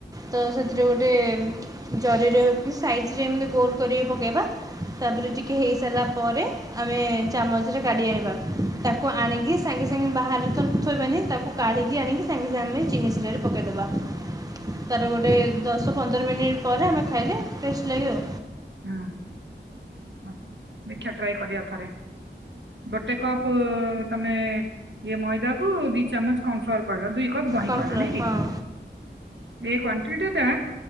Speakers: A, on the right (about 20°); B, on the right (about 75°).
A: ତ ସେଥିରେ ଗୋଟେ ଜରି ରେ ହଉ କି ସାଇଜ ରେ ଏମତି ଗୋଲ୍ କରିକି ପକେଇବା ।ତାପରେ ଟିକେ ହେଇସାରିଲା ପରେ ଆମେ ଚାମଚରେ କାଢ଼ି ଆଣିବା। ତାକୁ ଆଣିକି ସାଙ୍ଗେ ସାଙ୍ଗେ ବାହାର ସେମିତି ଆମେ ଥୋଇବାନି ।ତାକୁ କାଢ଼ିକି ଆଣିକି ସେମତି ଆମେ ଚିନିଶିରାରେ ପାକେଇଦବା। ତାର ଗୋଟେ ଦଶ ପନ୍ଦର ମିନିଟ ପରେ ଆମେ ଖାଇଲେ ଟେଷ୍ଟ ଲାଗେ ଆଉ।
B: ହୁଁ ହଁ ଦେଖିବା ଟ୍ରାଏ କରିବା ଥରେ। ଗୋଟେ କପ୍ ତମେ ଇଏ ମଇଦା ଓ ଦି ଚାମଚ କର୍ନଫ୍ଲୋର ପଡ଼ିବ ଦୁଇ କପ୍ ଦହି
A: କର୍ଣ୍ଣଫ୍ଲୋର୍
B: କହିଲନିକି
A: ହଁ
B: । ଏଇ କ୍ୱାଣ୍ଟିଟି ଟା